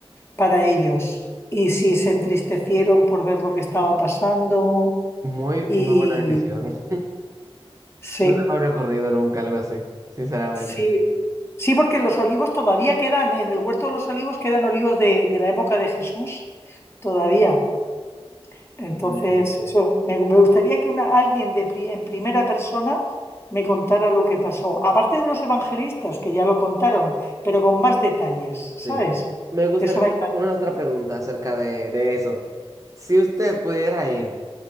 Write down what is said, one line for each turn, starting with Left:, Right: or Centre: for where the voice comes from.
Left: para ellos y si se entristecieron por ver lo que estaba pasando
Right: muy,
Left: y
Right: muy buena decisión. <laughs>
Left: sí,
Right: No se me habría ocurrido nunca algo así, sinceramente.
Left: sí, sí, porque los olivos todavía quedan, en el huerto de los olivos quedan olivos de, de la época de Jesús, todavía. Entonces,
Right: Mm,
Left: eso, me, me gustaría que una, alguien de pri- en primera persona me contara lo que pasó. Aparte de los evangelistas, que ya lo contaron, pero con más detalles, ¿sabes?
Right: Sí. Me gustaría
Left: Eso me
Right: hacer
Left: encanta.
Right: una otra pregunta acerca de, de eso. Si usted pudiera ir